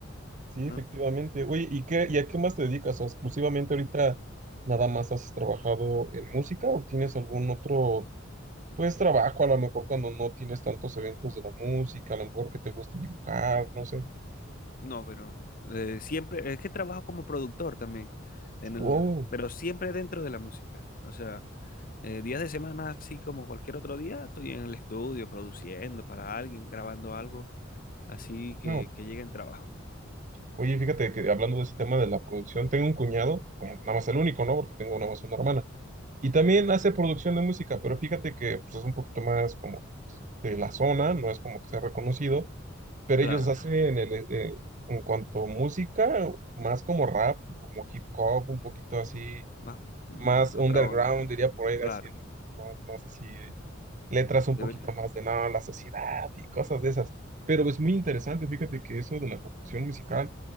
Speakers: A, on the right; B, on the left.
A: sí,
B: ¿no?
A: efectivamente. Oye, ¿y qué, y a qué más te dedicas? O sea, exclusivamente ahorita nada más has trabajado en música o tienes algún otro, pues trabajo a lo mejor cuando no tienes tantos eventos de la música, a lo mejor que te guste dibujar, no sé.
B: No, pero eh, siempre, es que trabajo como productor también, en el,
A: Oh,
B: pero siempre dentro de la música. O sea, eh, días de semana, así como cualquier otro día, estoy en el estudio produciendo para alguien, grabando algo, así que,
A: no.
B: que llegue en trabajo. pues.
A: Oye, fíjate que hablando de ese tema de la producción, tengo un cuñado, bueno, nada más el único, ¿no? Porque tengo nada más una hermana. Y también hace producción de música, pero fíjate que pues, es un poquito más como pues, de la zona, no es como que sea reconocido, pero
B: Claro,
A: ellos hacen el, eh, eh, en cuanto a música, más como rap, como hip hop, un poquito así,
B: más mm,
A: más underground,
B: otra onda,
A: diría por ahí,
B: claro,
A: así, más, más así. eh, letras un
B: debería.
A: poquito más de no, la sociedad y cosas de esas. Pero es muy interesante, fíjate que eso de la composición musical,